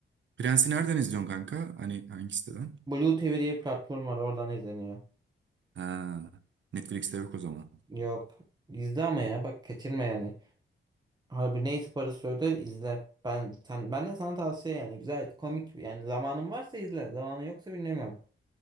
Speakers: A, on the right (about 70°); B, on the right (about 20°).
A: Prens'i nereden izliyorsun kanka? Hani hangi siteden?
B: Blue TV diye bir platform var. Oradan izleniyor.
A: Ha, Netflix'te yok o zaman.
B: Yok. İzle ama ya. Bak kaçırma yani. Harbi neyse parası öde izle. Ben sen benden sana tavsiye yani. Güzel komik yani zamanın varsa izle. Zamanın yoksa bilmiyorum.